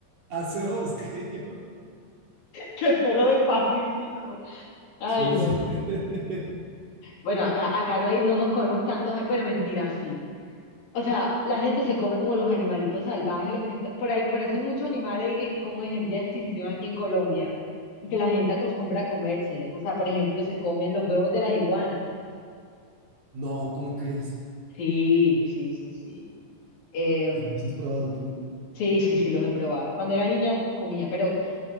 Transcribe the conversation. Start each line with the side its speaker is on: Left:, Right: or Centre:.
Right: Ah, suelo bosqueño.
Left: que suero del Pacífico. Ay,
Right: Suelo...
Left: no.
Right: <laughs>
Left: Bueno, acá, acá no hay, no nos comemos tantos. Bueno, mentira, sí. O sea, la gente se come como los animalitos salvajes, los que está- por ahí, por eso hay muchos animales en, en como en vía de extinción aquí en Colombia, que la gente acostumbra a comérselos. O sea, por ejemplo, se comen los huevos de las iguanas.
Right: No, ¿cómo crees?
Left: Sí, sí, sí, sí. Em,
Right: ¿Y los has probado tú?
Left: sí, sí, sí, los he probado. Cuando era niña comía, pero